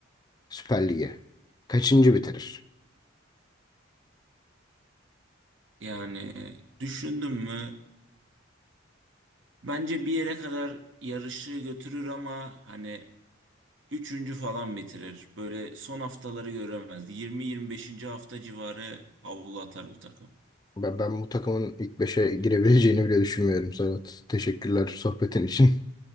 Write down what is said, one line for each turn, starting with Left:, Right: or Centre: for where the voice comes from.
Left: Süper Lig'e. Kaçıncı bitirir?
Right: yani düşündüm mü bence bir yere kadar yarışı götürür ama hani Üçüncü falan bitirir. Böyle son haftaları göremez. Yirmi yirmi beşinci hafta civarı havlu atar bu takım.
Left: Ben, ben bu takımın ilk beşe girebileceğini bile düşünmüyorum. Serhat teşekkürler sohbetin için. <laughs>